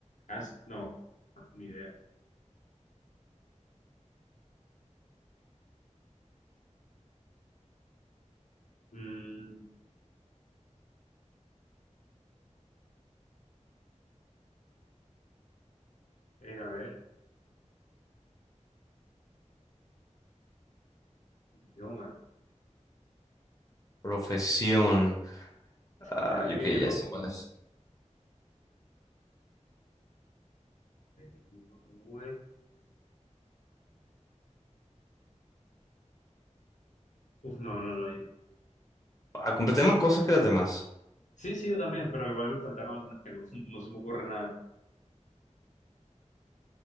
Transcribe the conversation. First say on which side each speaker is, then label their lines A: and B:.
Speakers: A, on the left; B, on the left.
A: Ah, s- no, ah, ni idea. Mm, eh, a ver, idioma.
B: Profesión. Ah,
A: ¿Era
B: yo
A: un
B: que
A: idioma
B: ya sé
A: con,
B: cuál es.
A: eh, idioma con V? Uf, no, no, no, yo.
B: Ah, completé más cosas que las demás.
A: Sí, sí, yo también, pero igual me faltaron algunas que no, <laughs> no se me ocurre nada.